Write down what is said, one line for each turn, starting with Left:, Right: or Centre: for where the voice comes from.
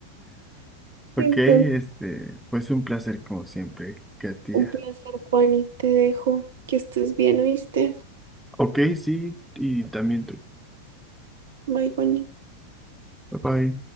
Centre: Ok,
Right: entonces
Centre: este, pues un placer como siempre, Katia.
Right: un placer, Juani. Te dejo. Que estés bien, ¿oíste?
Centre: Ok, sí, y también tú.
Right: Bye, Juani.
Centre: Bye bye.